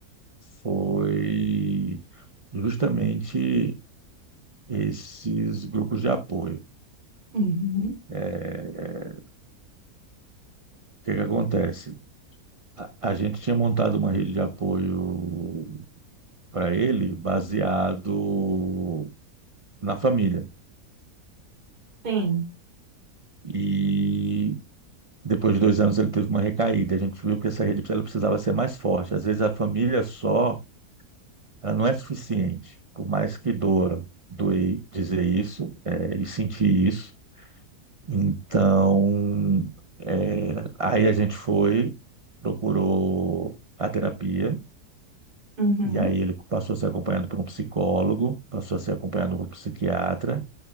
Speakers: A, on the right; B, on the right.
A: foi justamente esses grupos de apoio.
B: uhum,
A: É, é, o que que acontece? A, a gente tinha montado uma rede de apoio para ele baseado na família.
B: Sim.
A: E depois de dois anos ele teve uma recaída. A gente viu que essa rede ela precisava ser mais forte. Às vezes a família só ela não é suficiente. Por mais que doa, doer dizer isso é, e sentir isso. Então, é, aí a gente foi, procurou a terapia,
B: uhum.
A: e aí ele passou a ser acompanhado por um psicólogo, passou a ser acompanhado por um psiquiatra.